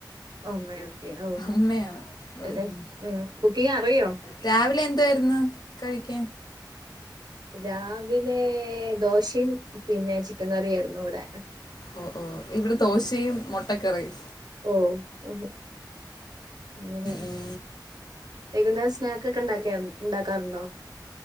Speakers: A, on the right; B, on the left.
A: അമ്മയാ കുക്ക് ചെയ്യുന്നെ
B: അമ്മയാണ്
A: ഓ
B: ഉം.
A: കുക്ക് ചെയ്യാ അറിയോ
B: രാവിലെ എന്തായിരുന്നു കഴിക്കാൻ
A: രാവിലെ ദോശയും പിന്നെ ചിക്കൻ കറിയായിരുന്നു ഇവിടെ
B: ഓ ഓ ഇവിടെ ദോശയും മുട്ടക്കറീം
A: ഓ ഓ അങ്ങനെ
B: ഉം.
A: വൈകുന്നരം സ്നാക്ക് ഒക്കെ ഉണ്ടാക്കിയ ഉണ്ടാക്കാറുണ്ടോ